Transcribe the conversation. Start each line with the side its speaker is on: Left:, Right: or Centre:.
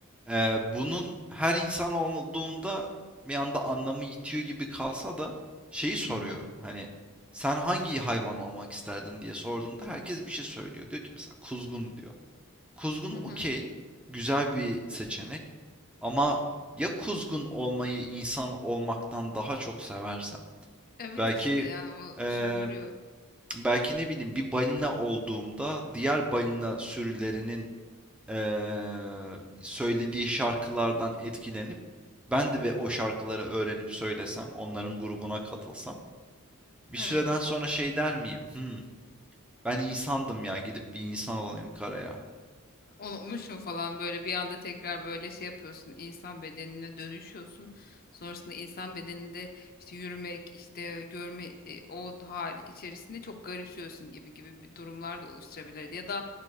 Centre: e, bunun her insan olduğunda bir anda anlamı yitiyor gibi kalsa da şeyi soruyorum.
Left: Hı hı.
Centre: Hani sen hangi hayvan olmak isterdin diye sorduğumda herkes bir şey söylüyor. Diyor ki mesela kuzgun diyor. Kuzgun
Left: Hı hı.
Centre: okey, güzel bir seçenek. Ama ya kuzgun olmayı insan olmaktan daha çok seversem?
Left: Evet
Centre: Belki
Left: işte yani o
Centre: eee,
Left: düşündürüyor.
Centre: belki ne bileyim bir balina olduğumda diğer balina sürülerinin eee, söylediği şarkılardan etkilenip ben de ve o şarkıları öğrenip söylesem, onların grubuna katılsam bir
Left: Evet.
Centre: süreden sonra şey der miyim? Hmm, ben insandım ya gidip bir insan olayım karaya.
Left: Unutmuşum falan böyle bir anda tekrar böyle şey yapıyorsun. insan bedenine dönüşüyorsun. Sonrasında insan bedeninde işte yürümek, işte görme e, o hal içerisinde çok garipsiyorsun gibi gibi bir durumlar da oluşturabilirdi. Ya da